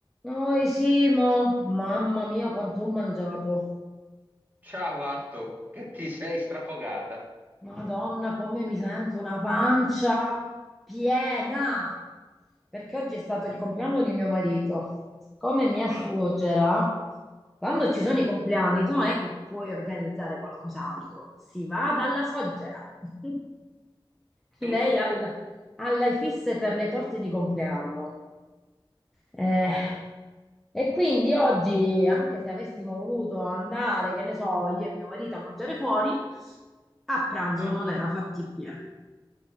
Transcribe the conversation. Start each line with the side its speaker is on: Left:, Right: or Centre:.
Centre: Noi Simo, mamma mia quanto ho mangiato.
Right: Ciao Anto, che ti sei strafogata?
Centre: Madonna, come mi sento una pancia piena. Perché oggi è stato il compleanno di mio marito. Come mia
Right: Ah,
Centre: suocera, quando ci sono i compleanni, tu non è che puoi organizzare qualcos'altro, si va dalla suocera. <laughs>
Right: Giusto,
Centre: Lei al- alla fisse per le torte di compleanno. Eh,
Right: buono.
Centre: e quindi oggi, anche se avessimo voluto andare, che ne so, io e mio marito a mangiare fuori, a pranzo
Right: Eh,
Centre: non era fattibile.